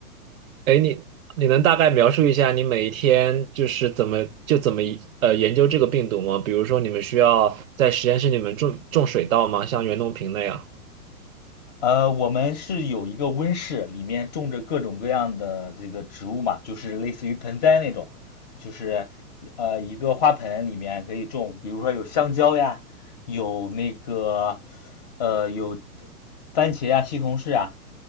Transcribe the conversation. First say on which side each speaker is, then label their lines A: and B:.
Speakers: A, on the right (about 60°); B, on the left (about 30°).
A: 哎，你你能大概描述一下你每一天就是怎么就怎么呃研究这个病毒吗？比如说你们需要在实验室里面种种水稻吗？像袁隆平那样？
B: 呃，我们是有一个温室，里面种着各种各样的这个植物嘛，就是类似于盆栽那种，就是呃一个花盆里面可以种，比如说有香蕉呀，有那个呃有番茄呀、西红柿啊，